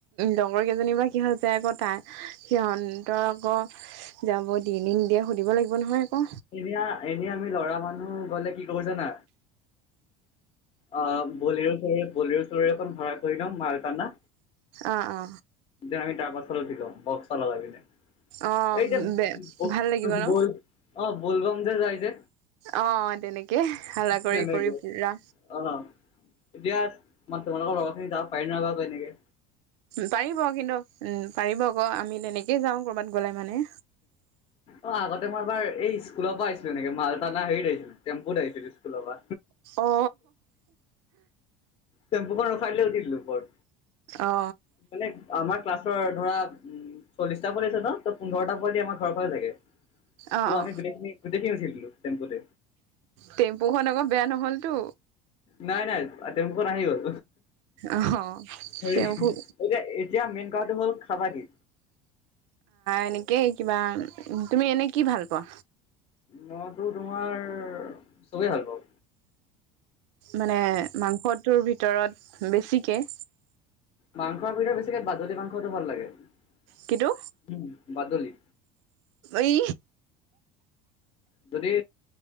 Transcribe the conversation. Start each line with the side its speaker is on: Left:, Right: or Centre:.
Right: লগৰ কেইজনী বা কি হৈছে আক', তাই সিহঁনতৰ আকৌ, অ, যাব দিয়েনে নিদিয়ে সুধিব লাগিব নহয়। আকৌ
Left: এনেয়া এনে আমি ল'ৰা মানুহ গ'লে কি ক'ব জানা? অ, বলিঅ' চলেঅ' বলোঅ' চলেঅ' এখন ভৰা কৰি দিও, মাল তানা।
Right: অ অ
Left: দে আমি তাপাছত উঠি লও, বক্সতা লগাই পিনে।
Right: অ
Left: এই যে
Right: বে
Left: ব'ব্
Right: ভাল লাগিব ন
Left: ব'ল অ ব'লব'মযে যায় যে।
Right: অ' তেনেকে, হালা কৰি
Left: তেনেকে
Right: কৰি পুৰা।
Left: অ', এতিয়া মানে তোমালোকৰ লগৰ খিনি যাব পাৰেনোৱাৰেবা তেনেকে?
Right: পাৰিব কিন্তু, উম, পাৰিব আকৌ, আমি তেনেকেই যাঁও ক'ৰবাত গ'লে মানে।
Left: অ', আগতে মই এবাৰ এই স্কুলৰ পৰা আহিছিলো, এনেকে মালতানা হেৰিত আহিছিলো, টেম্পুত আহিছিলো। স্কুলৰ পা।
Right: অ
Left: টেম্পুখন ৰখাই দিলে উঠি দিলোঁ উপৰত।
Right: অ
Left: মানে আমাৰ ক্লাছৰ ধৰা উম', চল্লিশটা পল আছে ন' ত পোন্ধৰটা পোৱদি আমাৰ ঘৰৰ পৰা যাগে।
Right: অ
Left: ত'
Right: অ
Left: আমি গোটেইখিনি-গোটেইখিনি উঠি দিলোঁ টেম্পুতে।
Right: টেম্পুখন আকৌ বেয়া নহ'লতো
Left: নাই, নাই টেম্পু খন আহি গ'ল।
Right: অ
Left: হেৰি
Right: টেম্পু
Left: এতিয়া-এতিয়া মেইন কথাটো হ'ল খাবা কি?
Right: এনেকেই কিবা, তুমি এনেই কি ভাল পোৱা?
Left: মইটো তোমাৰ চবেই ভাল পাও।
Right: মানে, মাংসটোৰ ভিতৰত বেছিকে?
Left: মাংসৰ ভিতৰত বেছিকে, বাদুলী মাংসটো ভাল লাগে। উম',
Right: কিন্তু
Left: বাদুলী।
Right: এই
Left: তনে